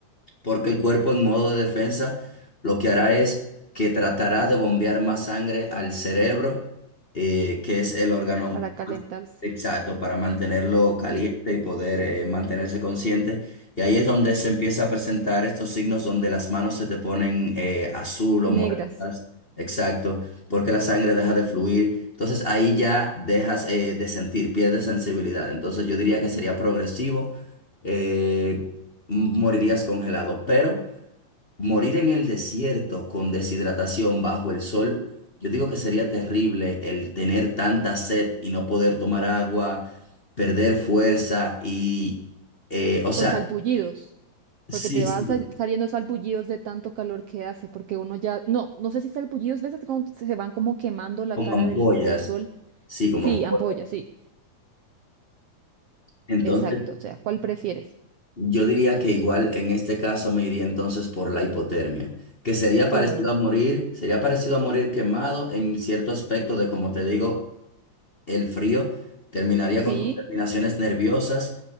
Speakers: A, on the left; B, on the right.
A: porque el cuerpo en modo de defensa lo que hará es que tratará de bombear más sangre al cerebro, eh, que es el órgano
B: para calentarse.
A: Exacto, para mantenerlo caliente
B: Sí,
A: y poder eh, mantenerse consciente. Y ahí es donde se empieza a presentar estos signos donde las manos se te ponen eh, azul
B: negras,
A: o moradas. Exacto, porque la sangre deja de fluir. Entonces ahí ya dejas eh, de sentir, pierdes sensibilidad. Entonces yo diría que sería progresivo, eh, m- morirías congelado, pero... Morir en el desierto con deshidratación bajo el sol, yo digo que sería terrible el tener tanta sed y no poder tomar agua, perder fuerza y, eh, o sea,
B: con salpullidos,
A: sí,
B: porque te
A: sí,
B: vas sal- saliendo salpullidos de tanto calor que hace, porque uno ya, no, no sé si salpullidos, ¿ves? Como Se se van como quemando la
A: como
B: cara
A: ampollas,
B: del, del sol.
A: sí, como
B: Sí,
A: ampollas.
B: ampolla, sí,
A: Entonces,
B: exacto, o sea, ¿cuál prefieres?
A: yo diría que igual en este caso me iría entonces por la hipotermia, que sería parecido
B: Uy, no,
A: a morir, sería parecido a morir quemado en cierto aspecto de, como te digo, el frío terminaría
B: sí,
A: con tus terminaciones nerviosas